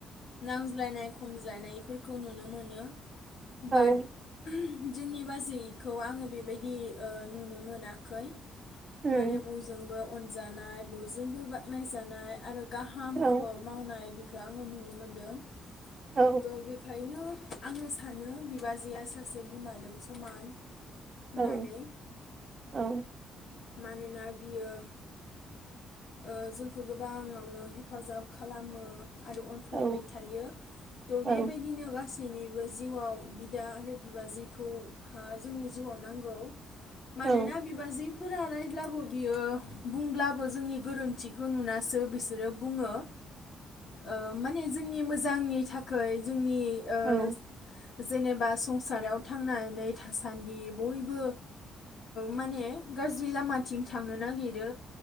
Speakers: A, on the left; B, on the right.
A: नांज्लायनाय खमज्लायनायफोरखौ नुनो मोनो।
B: औ
A: बाद जोंनि बाजैखौ आङो बेबायदि ओ नुनो मोनाखै।
B: उम
A: माने बयजोंबो अनजानाय बयजोंबो बाख्नायजानाय आरो गाहाम
B: औ
A: मावनाय बिखौ आङो नुनो मोनदों।
B: औ
A: त बेखायनो आङो सा सानो बिबाजैआ सासे बिमादों समान होननानै
B: औ औ
A: मानोना बियो ओ जोंखो गोबाङावनो हेफाजाब खालामो। आरो अनफ्लायबाय
B: औ
A: थायो थ बेबायदिनो
B: औ
A: गासैबो गासैनिबो जिउआव बिदा आरो बिबाजैखौ हा जोंनि जिउआव नांगौ। मानोना
B: औ
A: बिबाजै। फोर रायब्लाबो बियो बुंब्लाबो जोंनि। गोरोन्थिखौ नुनासो बिसोरो बु। ङो ओ मानि जोंनि। नि मोजांनि थाखाय जोंनि। ओह।
B: औ
A: जेनेबा संसाराव थांनानै थासान्दि बयबो माने ओ गाज्रि लामाथिं थांनो नागिरो।